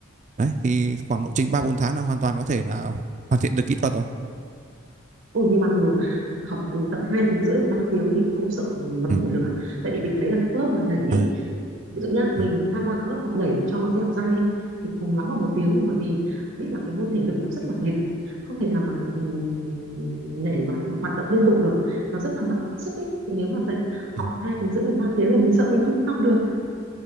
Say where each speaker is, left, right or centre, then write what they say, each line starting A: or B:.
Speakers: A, on the right; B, on the right.
A: đấy thì khoảng lộ trình ba bốn tháng là hoàn toàn có thể là hoàn thiện được kỹ thuật rồi
B: Ôi nhưng mà từ học ừ, tận 2 tiếng rưỡi 3 tiếng thì không sợ mất
A: ừ.
B: thể lực à? Tại vì mình thấy là các lớp mà nhảy ấy,
A: Đấy.
B: ví dụ nhá,
A: Ừ.
B: mình tham gia cũng lớp học nhảy để cho nó dẻo dai ấy, thì cùng lắm là một tiếng thôi, bởi vì biết là cái môn thể lực nó rất là mệt, không thể nào mà ừm, nhảy và th- hoạt động liên tục được, nó rất là mất sức ấy. Thì nếu mà dạy
A: Ừ.
B: học 2 tiếng rưỡi đến 3 tiếng là mình sợ mình không theo được.